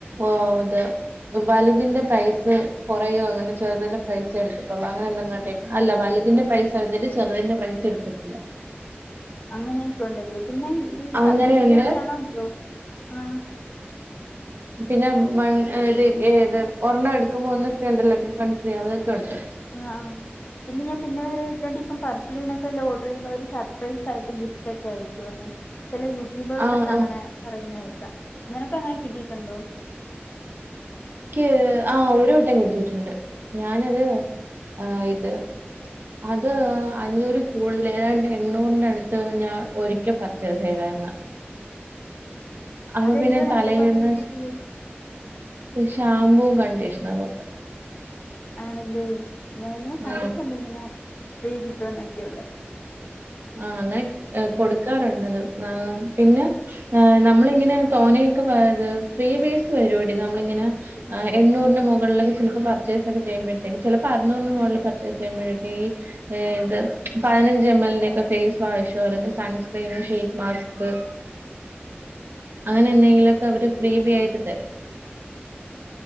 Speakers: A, on the right; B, on the left.
A: ഓത് വലുതിന്റെ പ്രൈസ് കൊറയോ അങ്ങനെ ചെറുതിന്റെ പൈസ എടുക്കത്തൊള്ളൂ അങ്ങനെ എന്തെങ്ങാണ്ടേ അല്ല വല്തിന്റെ പ്രൈസെട്ത്തിട്ട് ചെറുതിന്റെ പ്രൈസെട്ക്കത്തില്ല
B: അങ്ങനെയൊക്കൊണ്ടല്ലേ പിന്നെ ഈ
A: അങ്ങനെയുണ്ട്
B: പർപ്പിളീന്നൊക്കെയാണോ എന്തോ ആഹ്
A: പിന്നെ വൺ ഏഹ് ഇത് ഏത് ഒരെണ്ണം എടുക്കുമ്പോ ഒന്ന് ഫ്രീയൊണ്ടല്ലോ ഗെറ്റ് വൺ ഫ്രീ അതൊക്കെ ഒണ്ട്
B: ആഹ് പിന്നെ ഞാ പിന്നെ വേറെ കേട്ടിട്ടുണ്ടിപ്പം പർപ്പിളീന്നൊക്കെ വല്ലോ ഓർഡറെയ്യുമ്പോ അവര് സർപ്രൈസായിട്ട് ഗിഫ്റ്റൊക്കെ അയക്കുവെന്ന് ചെല യൂട്യൂബേഴ്സൊക്കെ
A: ആ
B: അങ്ങനെ
A: ആ
B: പറയുന്ന കേക്കാം നിനക്കങ്ങനെ കിട്ടിയിട്ടുണ്ടോ
A: ക്ക്യ് ആഹ് ഒരു വട്ടം കിട്ടീട്ട്ണ്ട് ഞാനത് ആഹ് ഇത് അത് അഞ്ഞൂറീ കൂടുതലേതാണ്ട് എണ്ണൂറിന്റടുത്ത് ഞാൻ ഒരിക്ക പർച്ചേസ് ചെയ്താരുന്ന് അപ്പ
B: അതെന്തുവാ
A: പിന്നെ തലേലിടുന്ന
B: നിനക്കിപ്പോ ആ ഫ്രീ കിട്ടിയേ
A: ഷ് ഷാംപൂം കണ്ടീഷണറുവൊക്ക
B: ആണല്ലേ ഞാന് കണ്ടിട്ടുണ്ട്
A: ആ,
B: ഇങ്ങനെ ഫ്രീ കിട്ടുമെന്നൊക്കെയൊള്ളെ
A: ആഹ് അങ്ങനെ കി ഏഹ് കൊടുക്കാറുണ്ടത് നാ പിന്നെ ഏഹ് നമ്മളിങ്ങനെ തോനെയെക്ക പാ ഇത് ഫ്രീ ബീസ് വരുവെടി നമ്മളിങ്ങനെ ആഹ് എണ്ണൂറിന് മുകളിലൊക്കെ ചെലപ്പ പർച്ചേസക്ക ചെയ്യുമ്പഴത്തേക്ക് ചെലപ്പ അറുന്നൂറിന് മുകളില് പർച്ചേസ് ചെയ്യുമ്പഴൊക്കെ ഈ ഏഹ് ഇത് പതിനഞ്ച് എം എൽ ന്റെ ക്ക ഫേസ് വാഷോ അല്ലെങ്കി സൺസ്ക്രീന് ഷീറ്റ് മാസ്ക് അങ്ങനെന്തെങ്കിലു ഒക്കെ അവര് ഫ്രീ ബീ ആയിട്ട് തരും